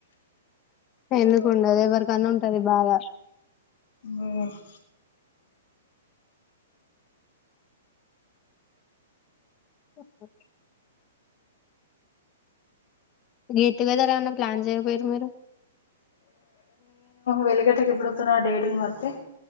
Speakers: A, on the left (about 35°); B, on the left (about 70°).
A: ఎందుకు ఉండదు ఎవరికన్నా ఉంటది బాధ
B: ఉమ్.
A: అహ గేట్ టూ గెథర్ ఏమైన్నా ప్లాన్ చేయకపోయారా మీరు
B: వెలిగటకి ఎప్పుడతున్నా ఆ డేట్ని బట్టి